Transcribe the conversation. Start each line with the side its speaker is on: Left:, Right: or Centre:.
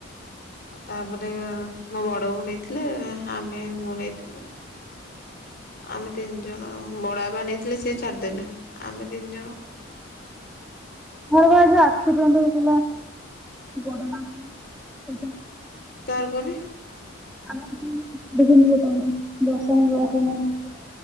Left: ଆଉ ତାପରେ ମୋ ବଡ଼ବୋଉ ନେଇଥିଲେ ଆମେ ମୁଁ ନେଇଥିଲି। ଆମେ ତିନି ଜଣ ବଡ଼ବାପା ନେଇଥିଲେ ସିଏ ଛାଡିଦେଲେ ଆମେ ତିନି ଜଣ
Centre: ମୋର କଣ ଏବେ ଆକ୍ସିଡେଣ୍ଟ ହେଇଥିଲା ଗୋଡ଼ ନା କଣ ଏଇଟା।
Left: କାହାର କୁହନି।
Centre: ଆମ <unintelligible> ଦଶ। <unintelligible>